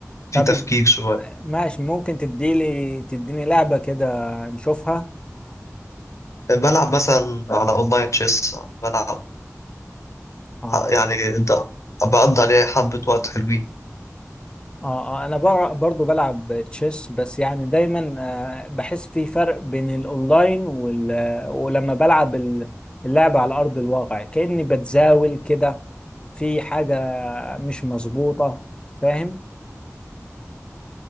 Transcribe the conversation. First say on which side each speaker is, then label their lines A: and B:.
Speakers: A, on the left; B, on the left.
A: فيه
B: طب
A: تفكير شوية
B: ماشي ممكن تديلي تديني لعبة كده نشوفها
A: بلعب مثلا على أونلاين تشيس بلعب
B: آه
A: يعني ده- بقضي عليه حبة وقت حلوين
B: اه آه، انا بر- برضو بلعب تشيس بس يعني دايما آه، بحس في فرق بين الاونلاين وال... آه، ولما بلعب ال- اللعبة على ارض الواقع كأني بتزاول كده في حاجة مش مظبوطة فاهم